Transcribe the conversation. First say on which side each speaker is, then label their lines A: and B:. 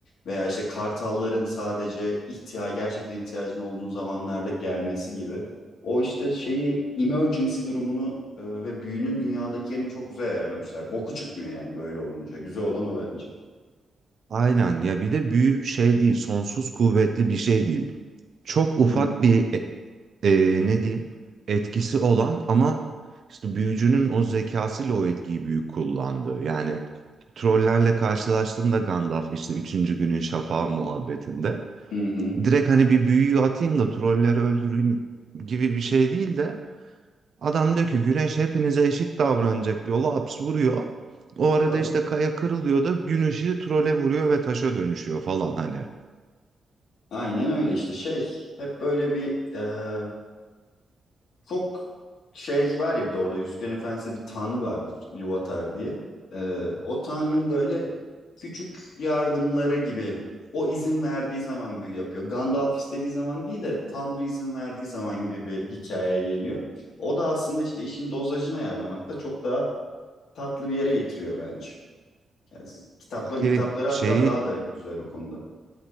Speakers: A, on the left; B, on the right.
A: Veya işte kartalların sadece ihtiya gerçekten ihtiyacın olduğun zamanlarda gelmesi gibi. O işte şeyi emergency durumunu e, ve büyünün dünyadaki yerini çok güzel ayarlamışlar. Boku çıkmıyor yani böyle olunca. Güzel olan o bence.
B: Aynen ya bir de büyük şey değil, sonsuz kuvvetli bir şey değil. Çok ufak
A: Hı
B: bir e, e, ne diyeyim etkisi olan ama işte büyücünün o zekasıyla o etkiyi büyük kullandı. Yani trollerle karşılaştığında Gandalf işte üçüncü günün şafağı muhabbetinde
A: hı. hı.
B: direkt hani bir büyüyü atayım da trolleri öldüreyim gibi bir şey değil de adam diyor ki güneş hepinize eşit davranacak diyor. Laps vuruyor. O arada
A: Tabii.
B: işte kaya kırılıyor da gün ışığı trole vuruyor ve taşa dönüşüyor falan hani.
A: Aynen öyle işte şey hep böyle bir e, Çok şey var ya bir de orada Yüzüklerin Efendisi'nde bir tanrı vardır Ilúvatar diye. Ee, o tanrının
B: Evet.
A: böyle küçük yardımları gibi o izin verdiği zaman büyü yapıyor. Gandalf istediği zaman değil de tanrı izin verdiği zaman gibi bir hikaye geliyor. O da aslında işte işin dozajını ayarlamakta çok daha tatlı bir yere getiriyor bence. Yani kitapları
B: Peki
A: mitapları hatta
B: şeyi
A: daha da güzel o konuda.